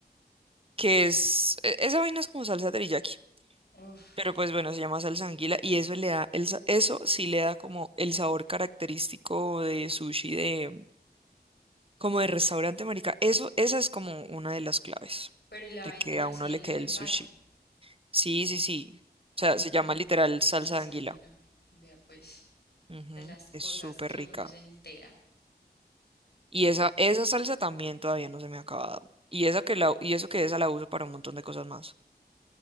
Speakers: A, on the right (about 35°); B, on the left (about 75°).
A: que es e- esa vaina es como salsa teriyaki,
B: Uf.
A: pero pues bueno, se llama salsa de anguila y eso le da el, sa- eso sí le da como el sabor característico de sushi de como de restaurante, marica. Eso esa es como una de las claves
B: Pero y la
A: de
B: venden
A: que
B: así
A: a uno
B: en
A: le quede
B: el envase.
A: el sushi. Sí, sí, sí. O sea,
B: Mmm,
A: se llama literal salsa
B: sanguíneo.
A: de anguila.
B: Vea pues,
A: Ujú,
B: de las cosas
A: Es súper
B: que
A: rica.
B: uno se entera.
A: Y esa, esa salsa también todavía no se me ha acabado. Y esa que la, y eso que esa la uso para un montón de cosas más.